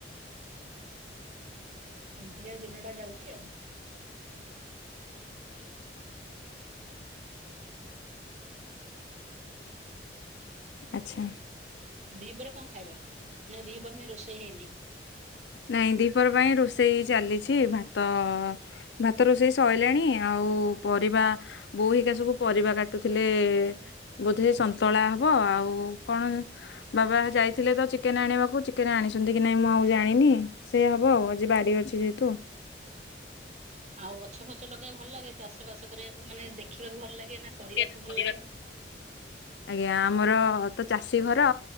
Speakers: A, on the right; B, on the left.
A: ଏମିତିକା ଦିନଟା ଯାଉଚି ଆଉ।
B: ଆଚ୍ଛା।
A: ଦି ପରେ କଣ ଖାଇବ? ନା ଦି ପର ପାଇଁ ରୋଷେଇ ହେଇନି?
B: ନାଇଁ, ଦିପର ପାଇଁ ରୋଷେଇ ଚାଲିଚି, ଭାତ ଭାତ ରୋଷେଇ ସଇଲାଣି, ଆଉ ପରିବା ବୋଉ ହେରିକା ସବୁ ପରିବା କାଟୁଥିଲେ, ବୋଧେ ସନ୍ତୁଳା ହବ, ଆଉ କଣ ବାବା ଯାଇଥିଲେ ତ ଚିକେନ ଆଣିବାକୁ, ଚିକେନ ଆଣିଛନ୍ତି କି ନାଇଁ ମୁଁ ଆଉ ଜାଣିନି, ସେଇଆ ହବ ଆଉ, ଆଜି ବାରି ଅଛି ଯେହେତୁ।
A: ଆଉ ଗଛ ଫଛ ଲଗେଇବାକୁ ଭଲ ଲାଗେ? ଚାଷ ବାସ କରିବାକୁ, ମାନେ ଦେଖିବାକୁ ଭଲ ଲାଗେ ନା କରିବାକୁ
B: <inaudible>
A: ଭଲ ଲାଗେ?
B: ଆଜ୍ଞା ଆମର ତ ଚାଷୀ ଘର।